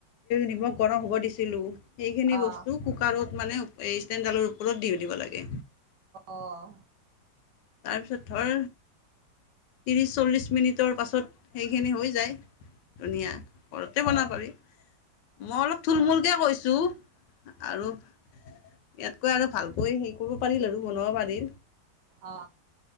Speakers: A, on the left (about 75°); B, on the right (about 70°).
A: নিমই গৰম হ'ব দিছিলোঁ সেইখিনি
B: অ',
A: বস্তু কুকাৰত মানে এই তেণ্ডালৰ ওপৰত দিও দিব লাগে
B: আহ
A: তাৰপিছত ধৰ ত্ৰছ চল্লিছ মিনিটৰ পাছত সেইখিনি হৈ যায় ধুনীয়া ঘৰতে বনাব পাৰি মই অলপ থুলমূুলকে কৈছো চু আৰু ইয়াতকৈ আৰু ভাল গৈ হেৰি কৰিব পাৰিল আৰু বনাব পাৰিল
B: অ